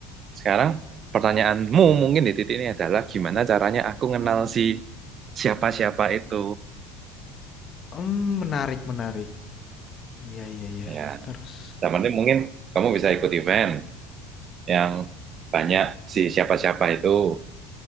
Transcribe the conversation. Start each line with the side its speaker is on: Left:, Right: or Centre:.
Right: sekarang pertanyaanmu mungkin di titik ini adalah gimana caranya aku kenal si siapa-siapa itu.
Left: Hmm, menarik menarik. Iya iya iya.
Right: Ya,
Left: Kita harus.
Right: dalam arti mungkin kamu bisa ikut event yang banyak si siapa-siapa itu.